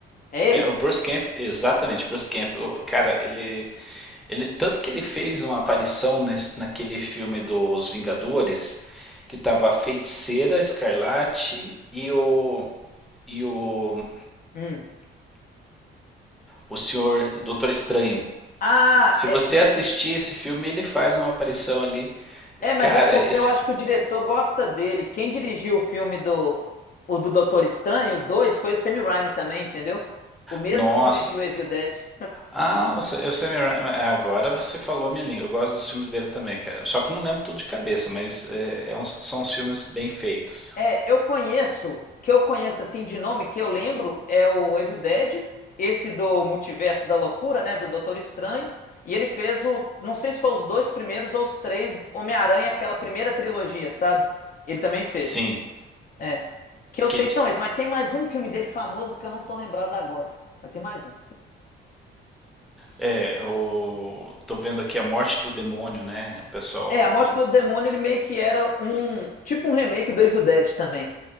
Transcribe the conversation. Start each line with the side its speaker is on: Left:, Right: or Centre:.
Left: É ele?
Centre: É, o Bruce Camp, exatamente, Bruce Camp, o cara, ele, ele tanto que ele fez uma aparição nesse- naquele filme dos Vingadores, que tava a Feiticeira, Escarlate e o e o
Left: Hum.
Centre: o senhor Doutor Estranho.
Left: Ah,
Centre: Se
Left: é,
Centre: você
Left: é
Centre: assistir esse filme, ele faz uma aparição ali.
Left: É, mas
Centre: Cara,
Left: é porque
Centre: esse
Left: eu acho que o diretor gosta dele. Quem dirigiu o filme do o do Doutor Estranho, o 2, foi o Sam Raimi também, entendeu? O mesmo
Centre: nossa.
Left: que dirigiu Evil Dead.
Centre: Ah, o Sa- o Sam Ra- agora você falou minha língua. Eu gosto dos filmes dele também, cara. Só que eu não lembro tudo de cabeça, mas é, é uns- são uns filmes bem feitos.
Left: É, eu conheço, que eu conheço assim de nome, que eu lembro é o Evil Dead, esse do Multiverso da Loucura, né, do Doutor Estranho, e ele fez o, não sei se foi os dois primeiros ou os três Homem-Aranha, aquela primeira trilogia, sabe? Ele também fez.
Centre: Sim,
Left: É. Que eu
Centre: que
Left: sei são
Centre: t-
Left: esses, mas tem mais um filme dele famoso que eu não tô lembrado agora. Vai ter mais um.
Centre: é, eu tô vendo aqui a morte do demônio, né? O pessoal,
Left: É, A Morte do Demônio, ele meio que era um. Tipo um remake do Evil Dead também.